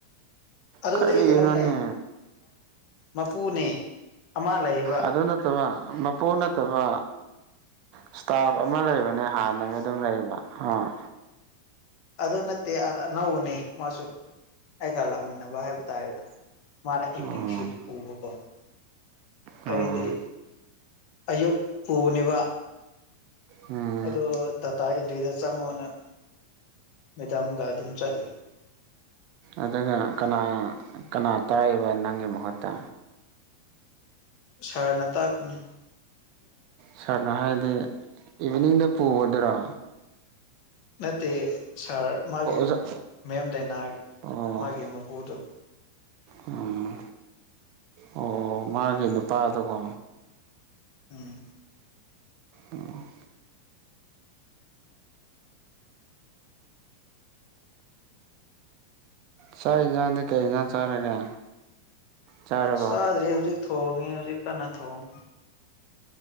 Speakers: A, on the left; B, on the right.
A: ꯑꯗꯨꯗꯤ
B: ꯀꯔꯤꯅꯣꯅꯦ
A: ꯀꯩꯅꯣꯅꯦ ꯃꯄꯨꯅꯦ ꯑꯃ ꯂꯩ
B: ꯑꯗꯨ ꯅꯠꯇꯕ ꯃꯄꯣꯅ ꯅꯠꯇꯕ ꯏꯁꯇꯥꯞ ꯑꯃ ꯂꯩꯕꯅꯦ ꯍꯥꯟꯅꯒ ꯑꯗꯨꯝ ꯂꯩꯕ ꯑꯥ
A: ꯑꯗꯨ ꯅꯠꯇꯦ ꯑꯅꯧꯕꯅꯦ ꯃꯥꯁꯨ ꯑꯩꯒ ꯂꯥꯛꯃꯤꯟꯅꯕ ꯍꯥꯏꯕ ꯇꯥꯔꯦꯗ ꯃꯥꯅ
B: ꯑꯣ
A: ꯏꯚꯤꯅꯤꯡ ꯁꯤꯐ ꯄꯨꯕꯀꯣ
B: ꯑꯣ
A: ꯑꯩꯗꯤ ꯑꯌꯨꯛ ꯄꯨꯕꯅꯦꯕ
B: ꯎꯝ
A: ꯑꯗꯣ ꯗꯇꯥ ꯏꯟꯇ꯭ꯔꯤꯗ ꯆꯪꯉꯣ ꯅꯪ ꯃꯦꯗꯥꯝꯒ ꯑꯗꯨꯝ ꯆꯠꯂꯤ
B: ꯑꯗꯨꯒ ꯀꯅꯥ ꯀꯅꯥ ꯇꯥꯛꯏꯕ ꯅꯪꯒꯤ ꯃꯍꯨꯠꯇ
A: ꯁꯥꯔꯅ ꯇꯥꯛꯄꯅꯦ
B: ꯁꯥꯔꯅ ꯍꯥꯏꯗꯤ ꯏꯚꯤꯅꯤꯡꯗ ꯄꯨꯕꯗꯨꯔꯣ
A: ꯅꯠꯇꯦ ꯁꯥꯔ ꯃꯥꯒꯤ
B: ꯑꯣ ꯑꯣꯖꯥ
A: ꯃꯦꯝ ꯗꯥꯏꯅꯥꯒꯤ
B: ꯑꯣ
A: ꯃꯥꯒꯤ ꯃꯄꯨꯗꯣ
B: ꯎꯝ ꯑꯣ ꯃꯥꯒꯤ ꯅꯨꯄꯥꯗꯨꯀꯣ
A: ꯎꯝ
B: ꯎꯝ ꯆꯥꯛ ꯏꯟꯖꯥꯡꯗꯤ ꯀꯩ ꯏꯟꯖꯥꯡ ꯆꯥꯔꯒꯦ ꯆꯥꯔꯕꯣ
A: ꯆꯥꯗ꯭ꯔꯤ ꯍꯧꯖꯤꯛ ꯊꯣꯡꯉꯤ ꯍꯧꯖꯤꯛ ꯀꯟꯅ ꯊꯣꯡꯉꯤ